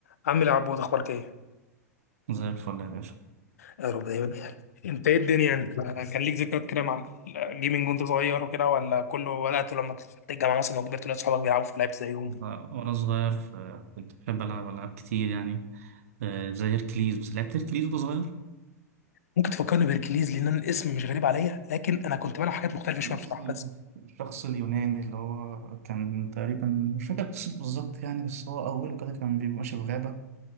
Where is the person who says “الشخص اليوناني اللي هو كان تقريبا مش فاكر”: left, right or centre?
Right